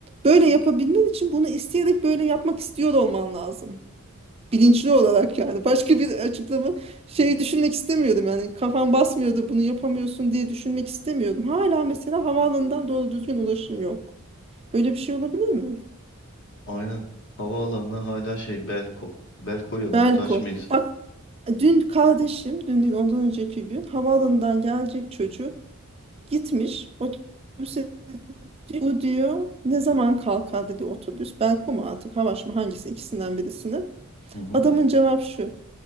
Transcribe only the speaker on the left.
aynen havaalanına hala şey Belko. Belko'ya muhtaç
mıyız?
Hı hı